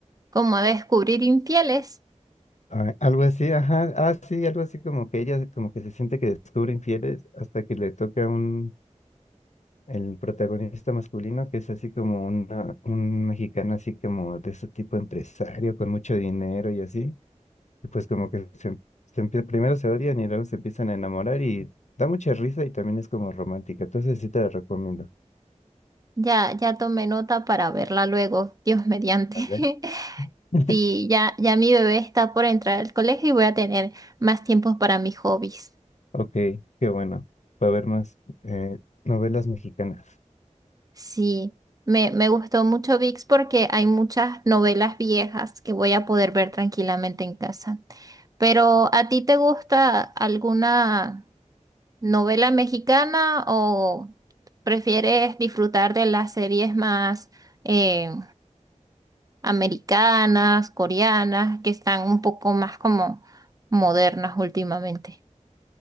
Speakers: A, on the right; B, on the left.
A: como a descubrir infieles.
B: Ah, algo así, ajá, ah, sí, algo así como que ella como que se siente que descubre infieles hasta que le toca un el protagonista masculino, que es así como una, un mexicano, así como de ese tipo empresario, con mucho dinero y así. Y pues como que se, se empie- primero se odian y luego se empiezan a enamorar y da mucha risa y también es como romántica. Entonces sí te la recomiendo.
A: Ya, ya tomé nota para verla luego, Dios mediante.
B: ¿Vale?
A: <laughs>
B: <laughs>
A: Sí, ya, ya mi bebé está por entrar al colegio y voy a tener más tiempo para mis hobbies.
B: Ok, qué bueno. Para ver más eh, novelas mexicanas.
A: Sí, me, me gustó mucho VIX porque hay muchas novelas viejas que voy a poder ver tranquilamente en casa. Pero, ¿a ti te gusta alguna? ¿Novela mexicana o prefieres disfrutar de las series más eh, americanas, coreanas, que están un poco más como modernas últimamente?